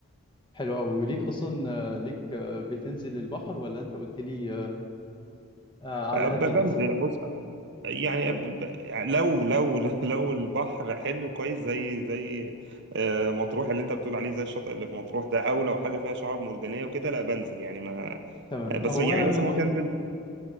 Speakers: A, on the left (about 20°); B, on the right (about 50°).
A: حلو قوي وليك اصلا آه، ليك آه، بتنزل البحر ولا انت قلت لي آه، آه، على
B: آه،
A: قد
B: ب-
A: البسين
B: بنزل بص يعني ب- ب- لو لو <laughs> لو البحر حلو كويس زي زي آه، مطروح اللي أنت بتقول عليه زي الشاطئ اللي في مطروح ده أو لو حاجة فيها شعاب مرجانية وكده لا بنزل يعني ما
A: تمام
B: آه، بس
A: هو
B: يعني
A: انا انا
B: مثلا
A: البحر
B: ممكن أنزل